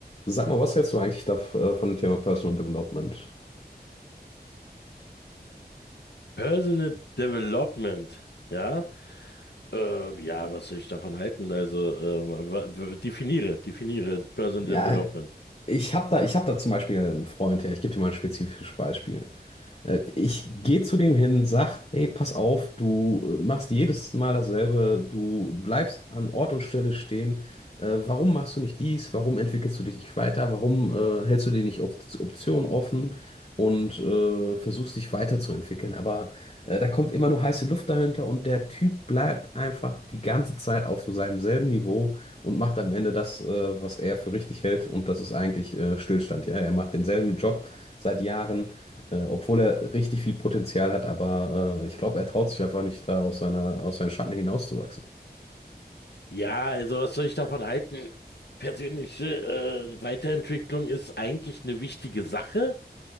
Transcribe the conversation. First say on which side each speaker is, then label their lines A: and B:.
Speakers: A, on the left; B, on the left.
A: Sag mal, was hältst du eigentlich da, äh, von dem Thema Personal Development?
B: Personal Development, ja? Äh, ja, was soll ich davon halten? Also, ähm, wa- w- definiere, definiere Personal
A: Ja,
B: Development.
A: ich habe da, ich hab da zum Beispiel einen Freund, ja, ich gebe dir mal ein spezifisches Beispiel. Äh, Ich gehe zu dem hin, sag, ey, pass auf, du äh, machst jedes Mal dasselbe, du bleibst an Ort und Stelle stehen. Äh, warum machst du nicht dies? Warum entwickelst du dich nicht weiter? Warum äh, hältst du dir nicht Op Optionen offen und äh, versuchst dich weiterzuentwickeln? Aber äh, da kommt immer nur nur heiße Luft dahinter und der Typ bleibt einfach die ganze Zeit auf so seinem selben Niveau und macht am Ende das, äh, was er für richtig hält und das ist eigentlich äh, Stillstand. Ja, er macht denselben Job seit Jahren, äh, obwohl er richtig viel Potenzial hat, aber äh, ich glaube, er traut sich einfach nicht, da aus seiner, aus seinen Schatten hinauszuwachsen.
B: Ja, also, was soll ich davon halten? Persönliche äh, Weiterentwicklung ist eigentlich eine wichtige Sache.